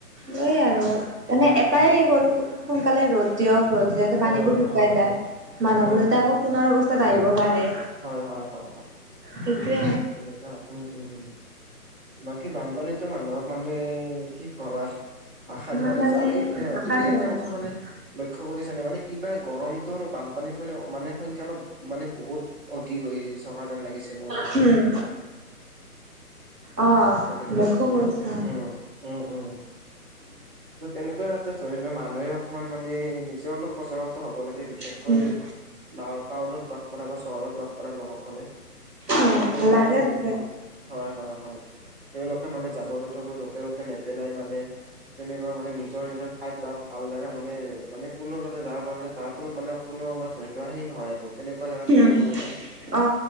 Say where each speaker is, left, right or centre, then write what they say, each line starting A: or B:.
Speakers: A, on the right (about 85°); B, on the right (about 35°).
A: সেইয়াই
B: হয়
A: আৰু, মানে
B: উম
A: এটাই
B: উম
A: হেৰি কৰো, সোনকালে ৰ'দ দিয়ক। ৰদ দিলেতো পানীবোৰ
B: ৰ'দ দিয়া
A: শুকাই
B: হয় হয়
A: যায়, মানুহবোৰ
B: হয়
A: যাতে
B: হয়
A: আকৌ
B: হয়
A: পুনৰ অৱস্থাত আহিব পাৰে।
B: হয়, হয়, হয়, হয়।
A: সেইটোৱে
B: অ', উম উম উম, বাকী বানপানীটো মানুহক মানে, কি কম আৰু? ভাষা
A: ইমান
B: নোৱাৰি
A: মানে
B: <unintelligible> আৰু
A: ভাষা
B: তুমি
A: নোহোৱা
B: এটা কথা মানে লক্ষ্য কৰিছ নে মানে এইবাৰ গৰমটোৰ বানপানীটো মানে মানে সংখ্যা অলপ মানে বহুত অধিক হৈ থকা যেন লাগিছে মোৰ মতে
A: হম অহ
B: অ তেনেকুৱা
A: লক্ষ
B: ক্ষেত্ৰত
A: কৰিছো অ
B: উম উম উম ত তেনেকুৱা ক্ষেত্ৰত ধৰি লোৱা মানুহে অকমান মানে নিজেও অলপ সজাগত হ'ব লাগে বিশেষকৈ
A: উম
B: না টাউনত বাস কৰা বা চহৰত বাস কৰা লোকসকলে
A: উম
B: ত তেওঁলোকে
A: লাগে লাগে
B: উম হয় হয় হয় তেওঁলোকে মানে জাবৰ জোথৰবোৰ য'তে ত'তে নেপেলাই মানে তেনেকুৱা মানে নিজৰ নিজৰ ঠাইত বা ভাল জেগা মানে মানে কোনোতে যাৰ মানে যাৰ ফলত মানে কোনোবাৰ ধৰি লোৱাহে নহয় আৰু তেনেকুৱা জাগাত পেলাব
A: উম
B: লাগে
A: অ